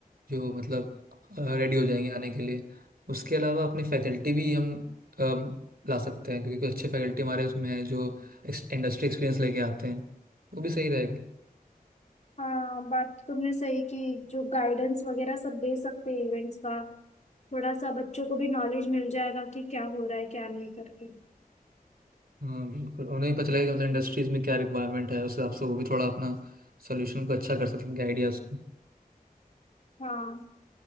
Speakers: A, on the right; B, on the left.
A: जो मतलब रेडी हो जाएंगे आने के लिए उसके अलावा अपने फैकल्टी भी हम अम, ला सकते हैं क्योंकि कुछ अच्छे फैकल्टी हमारे उसमें हैं जो इंडस्ट्री एक्सपीरियंस लेके आते हैं वो भी सही रहेगा
B: हाँ बात तो तुमने सही की जो गाइडेंस वगैरह सब दे सकते हैं इवेंट्स का थोड़ा सा बच्चों को भी नॉलेज मिल जाएगा कि क्या हो रहा है क्या नहीं करके
A: हाँ बिल्कुल उन्हें भी पता चलेगा कि मतलब इंडस्ट्रीज में क्या रिक्वायरमेंट है उस हिसाब से वो भी थोड़ा अपना सोल्यूशन को अच्छा कर सकेंगे आइडियाज़
B: हाँ